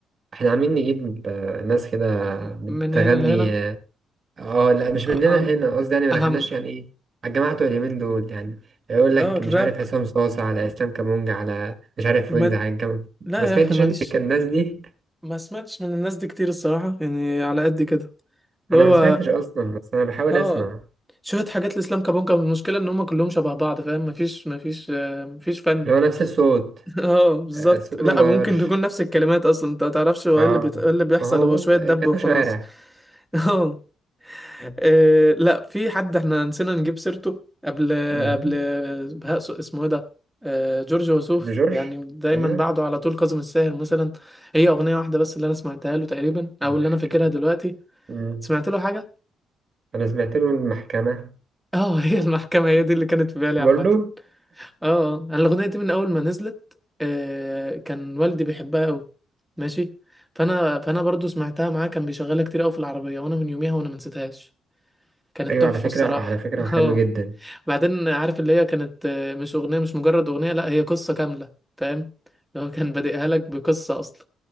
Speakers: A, on the right; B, in the centre.
A: احنا عاملين نجيب آه، ناس كده
B: م-
A: بتغني
B: من هنا لهنا
A: اه آه، لا مش مننا
B: أهم
A: هنا قصدي يعني ما
B: أهم
A: دخلناش يعني ايه على الجماعة بتوع اليمين دول يعني يقول لك
B: اه الراب
A: مش عارف حسام صاصة على اسلام كامونج على مش عارف
B: ما...
A: ويجز على الجامعة
B: لا
A: ما سمعتش
B: يا أخي ماليش
A: انت كان الناس دي
B: ما سمعتش من الناس دي كتير الصراحة يعني على قد كده اللي
A: انا
B: هو
A: ما سمعتش اصلا بس انا بحاول
B: اه
A: اسمع
B: شوية حاجات الاسلام كابونجا المشكلة ان هم كلهم شبه بعض فاهم مفيش مفيش آه، مفيش فن
A: اللي هو نفس الصوت
B: <laughs> اه بالظبط
A: آه، الصوت ما
B: لا
A: بيتغيرش
B: ممكن تكون نفس الكلمات اصلا انت متعرفش هو
A: اه
B: ايه اللي بيت... إيه اللي بيحصل
A: ما هو
B: هو
A: بص
B: شوية
A: آه،
B: دب
A: كلام
B: وخلاص
A: شوارع
B: <laughs> اه آه، لا في حد احنا نسينا نجيب سيرته قبل
A: مهم.
B: قبل بهاء سو- اسمه ايه ده آه، جورج وسوف
A: ابن جورج
B: يعني دايما
A: ايوه
B: بعده على طول كاظم الساهر مثلا هي اغنية واحدة بس اللي انا سمعتها له تقريبا او
A: المحكمة
B: اللي انا فاكرها دلوقتي
A: مم.
B: سمعت له حاجة
A: انا سمعت له المحكمة
B: <laughs> اه هي المحكمة هي دي اللي كانت في بالي
A: برضو
B: عامة اه اه انا الاغنيه دي من اول ما نزلت آه كان والدي بيحبها قوي ماشي فانا فانا برضو سمعتها معاه كان بيشغلها كتير قوي في العربيه وانا من يوميها وانا ما نسيتهاش كانت
A: ايوه
B: تحفه
A: على فكره
B: الصراحه
A: على فكره
B: <laughs>
A: وحلو
B: اه
A: جدا
B: بعدين عارف اللي هي كانت آه، مش اغنيه مش مجرد اغنيه لا هي قصه كامله فاهم اللي هو كان بادئها لك بقصه اصلا